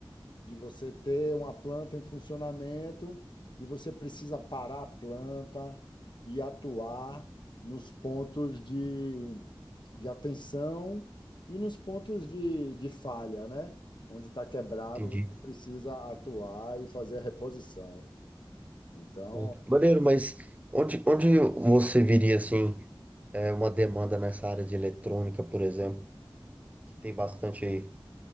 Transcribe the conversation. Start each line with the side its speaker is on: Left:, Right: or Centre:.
Left: de você ter uma planta em funcionamento e você precisa parar a planta e atuar nos pontos de, de atenção e nos pontos de, de falha, né? Onde está quebrado,
Right: entendi.
Left: você precisa atuar e fazer a reposição. Então,
Right: Pô, Maneiro, mas onde, onde você viria, assim, é, uma demanda nessa área de eletrônica, por exemplo, que tem bastante aí?